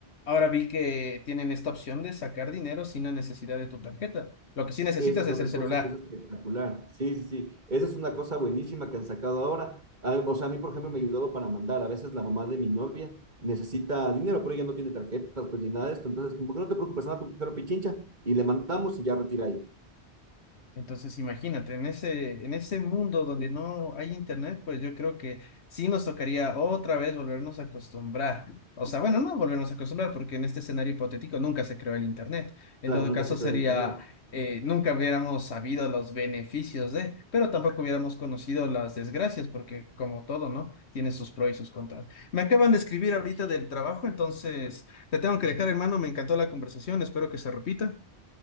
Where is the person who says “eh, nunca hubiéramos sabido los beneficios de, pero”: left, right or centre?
Left